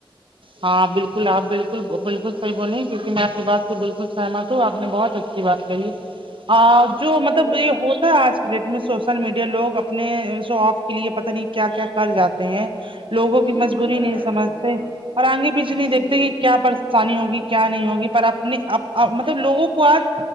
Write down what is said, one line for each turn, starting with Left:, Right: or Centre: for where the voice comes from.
Right: ہاں بالکل آپ بالکل بالکل صحیح بولیں کیونکہ میں آپ کی بات سے بالکل سہمت ہوں آپ نے بہت اچھا کی بات کریے آ جو
Left: تو
Right: مطلب یہ ہوتا آج ڈیٹ میں سوشل میڈیا لوگ اپنےشوووفف کے لیے پتہ نہیں کیا کیا کر جاتے ہیں لوگوں
Left: جی
Right: کی
Left: بالکل
Right: مجبوری
Left: کر
Right: نہیں
Left: جاتے
Right: سمجھتے
Left: ہیں لوگ
Right: اور آگے پیچھ نہیں
Left: جی
Right: دیکھتے
Left: جی جی
Right: آسانی ہوگی کیا نہیں ہوگی پر اپنی مطلب لوگوں کو آج